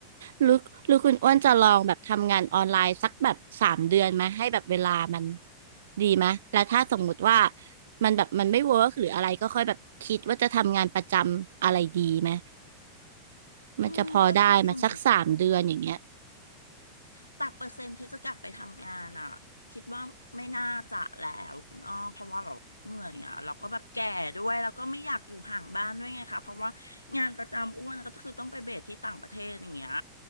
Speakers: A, on the right; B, on the left.
A: หรือหรือคุณอ้วนจะลองแบบทำงานออนไลน์สักแบบสามเดือนไหมให้แบบเวลามันดีไหมแล้วถ้าสมมุติว่ามันแบบมันไม่เวิร์กหรืออะไรก็ค่อยแบบคิดว่าจะทำงานประจำอะไรดีไหมมันจะพอได้ไหมสักสามเดือนอย่างเงี้ย
B: อืมก็คิดอยู่เหมือนกัน แต่เปอร์เซ็นต์ที่จะกลับไปทำงานอ่ะคิดว่าไม่น่าจะแล้วคุณอ้อเพราะว่าแบบเหนื่อยอ่ะแล้วก็แบบแก่ด้วยแล้วก็ไม่อยากอยู่ห่างบ้านด้วยไงคะเพราะว่างานประจำอ้วนก็คือต้องไปเบสที่ต่างประเทศอย่างเงี้ย